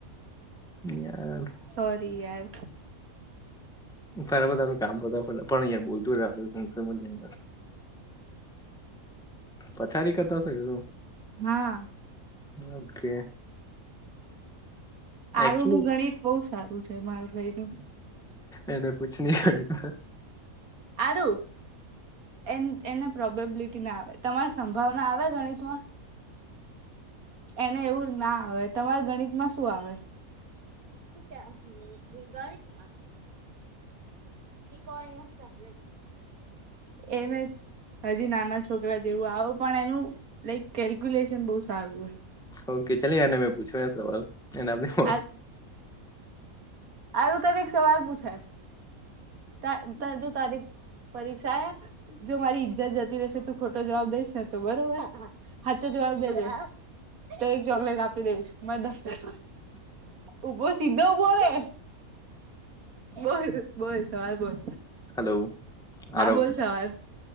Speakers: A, in the centre; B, on the right.
A: યાર.
B: સોરી યાર.
A: તારા બધાનું કામ કરતા પણ યાર બોલતુ રેવું એમ. પથારી કરતા હતાં કે શુ?
B: હા.
A: ઓકે.
B: આરું
A: એકચુલી
B: નું ગણિત બહુ સારું છે માર ભાઈ નું.
A: એને પૂછ તો ખરી તો.
B: આરુ. એ એને પ્રોબેબિલિટી ના આવે તમારે સંભાવના આવે ગણિતમાં? એને એવું ના આવે તમારે ગણિતમાં શું આવે? શું કેવાનું ગણિત મા ત્રિકોણ એમ છ <unintelligible> એને હજી નાના છોકરા જેવું આવો પણ એનું લાઈક કેલ્ક્યુલેશન બહુ સારું.
A: ઓકે ચલે યારને મેં પૂછવા યાર સવાલ એને આપને
B: હોય
A: ફોન.
B: આારું તને એક સવાલ પૂછાય. તારે જો તારી પરીક્ષા જો મારી ઈજ્જત જતી રહેશે તો ખોટો જવાબ દઈશ ને તો બરોબર. હાચો જવાબ દે દઈશ, તો એક ચોકલેટ આપી દઈશ મારા દફતર. ઉભો સીધો ઉભો રે બોલ બોલ સવાલ બોલ?
A: હલોઆરવ
B: હા બોલ સવાલ